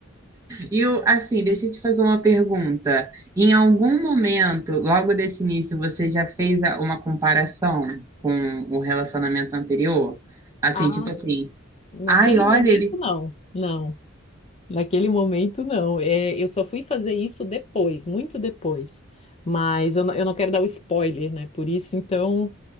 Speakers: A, on the right; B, on the left.
A: E o- assim, deixa eu te fazer uma pergunta. Em algum momento, logo desse início, você já fez a- uma comparação com o relacionamento anterior? Assim,
B: Ah,
A: tipo assim,
B: naquele
A: ai, olha,
B: momento,
A: ele.
B: não, não. Naquele momento, não. É, eu só fui fazer isso depois, muito depois. Mas eu, não- eu não quero dar o spoiler, né? Por isso, então,